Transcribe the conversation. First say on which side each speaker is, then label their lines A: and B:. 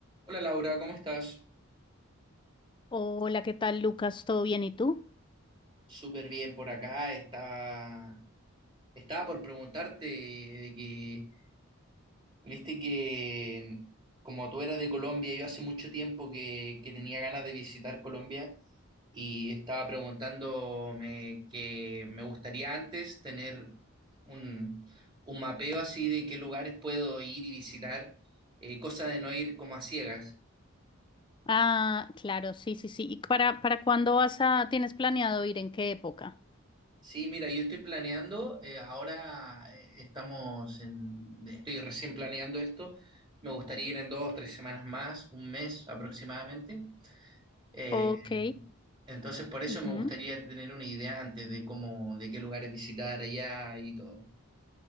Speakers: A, on the right (about 20°); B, on the left (about 20°).
A: Hola Laura, ¿cómo estás?
B: Hola, ¿qué tal, Lucas? ¿Todo bien? ¿Y tú?
A: Súper bien por acá. Estaba, estaba por preguntarte de que, viste que como tú eras de Colombia, yo hace mucho tiempo que, que tenía ganas de visitar Colombia y estaba preguntándome que me gustaría antes tener un, un mapeo así de qué lugares puedo ir y visitar, eh, cosa de no ir como a ciegas.
B: Ah, claro, sí, sí, sí. ¿Y para, para cuándo vas a, tienes planeado ir? ¿En qué época?
A: Sí, mira, yo estoy planeando, eh, ahora eh, estamos en, estoy recién planeando esto, me gustaría ir en dos, tres semanas más, un mes aproximadamente. Eh,
B: Ok.
A: entonces, por eso
B: ujú.
A: me gustaría tener una idea antes de cómo, de qué lugares visitar allá y todo.